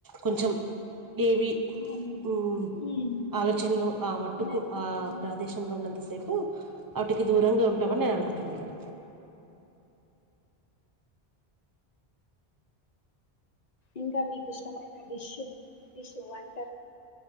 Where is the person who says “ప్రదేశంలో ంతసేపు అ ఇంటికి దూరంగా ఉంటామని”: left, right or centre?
Right